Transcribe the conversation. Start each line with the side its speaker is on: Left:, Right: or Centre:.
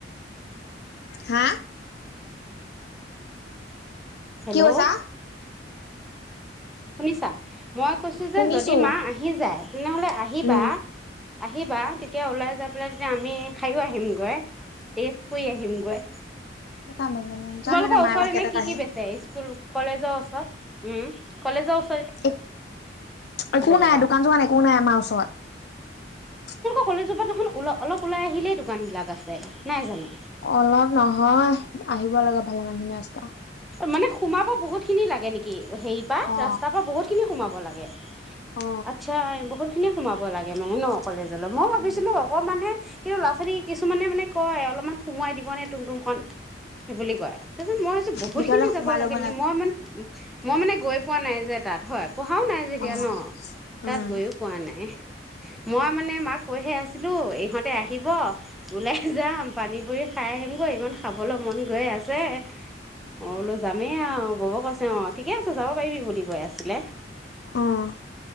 Left: হা
Centre: হেল্ল'
Left: কি কৈছা
Centre: শুনিছা মই কৈছো যে,
Left: শুনিছো
Centre: যদি মা আহি যায় তেনেহ'লে আহিবা
Left: উম
Centre: আহিবা তেতিয়া ওলাই যায় পেলাই তেতিয়া আমি খায়ো আহি আহিমগৈ তেজপুৰি আহিম গৈ
Left: কেইটা বাজিলে
Centre: তোমালোকৰ
Left: জানো এতিয়া মায়ে
Centre: ওচৰত
Left: বা
Centre: এনে
Left: কেইটাত
Centre: কি
Left: আহে
Centre: কি বেচে স্কুল কলেজৰ ওচ <unintelligible> উম, কলেজৰ ওচ
Left: এক একো
Centre: লগা
Left: নাই দোকান-চোকান একো নাই আমাৰ ওচৰত
Centre: কলেজোপাৰ পৰা দেখোন ওল অলপ ওলাই আহিলেই দোকানবিলাক আছে নাই জানো!
Left: অলপ নহয় আহিব লাগে <unintelligible>
Centre: মানে সোমাব বহুতখিনি লাগে নেকি? হেৰি পৰা
Left: অ
Centre: ৰাস্তাৰ পৰা বহুতখিনি সোমাব হ'ব লাগে
Left: অ
Centre: আতচ্ছা বহুতখনি সোমাব লাগে মানে ন' কলেজলৈ মই ভাবিছিলো
Left: উম
Centre: অকমান হে কিন্তু, ল'ৰা-ছোৱালী কিছুমানে মানে কয় অলপমান সোমোৱাই দিব নে তুম-তুম খন বুলি কয় বহুতখিনি
Left: ভিতৰলে সোমাই
Centre: যাব লাগে
Left: ল'ব
Centre: নেকি মই ইমান মই মানে গৈ পোৱা নাই যে তাত হয় পঢ়াও নাই যেতিয়া
Left: অ
Centre: ন' তাত
Left: উম
Centre: গৈও পোৱা নাই। মই মানে মাক কৈ হে আছিলো ইহঁতে আহিব ওলাই যাম পানী পুৰি খাই আহিমগৈ ইমান খাবলৈ মন গৈ আছে। ম বোলো যামেই আৰু <unintelligible> কৈছে অ', ঠিকে আছে যাব পাৰিবি বুলি গৈ আছিলে।
Left: অ'